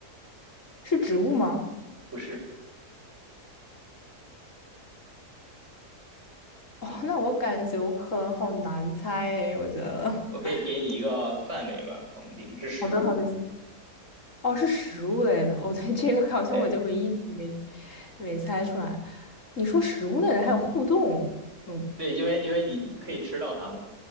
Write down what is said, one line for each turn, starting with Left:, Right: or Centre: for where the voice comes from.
Left: 是植物吗？
Right: 不是，
Left: 哦，那我感觉我可能好难猜诶，我觉得。
Right: 嗯，
Left: <laughs>
Right: 我可以给你一个范围吧，框定是食物。
Left: 好的，好的，哦，是食物类的，我对这个好像我就唯一没
Right: 对
Left: 没猜出来。你说食物类的还有互动，嗯，
Right: 对，因为因为你可以吃到它嘛，